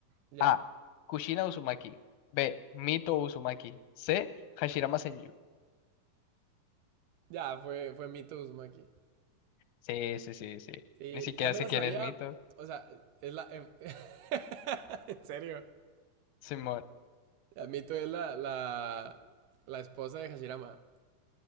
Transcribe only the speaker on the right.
ya,
ya, fue, fue mi Tuzma aquí.
Sí,
ya me
la
sabía,
o sea, es la... eh, <laughs> en serio.
Mito es la, la, la esposa de Hashirama.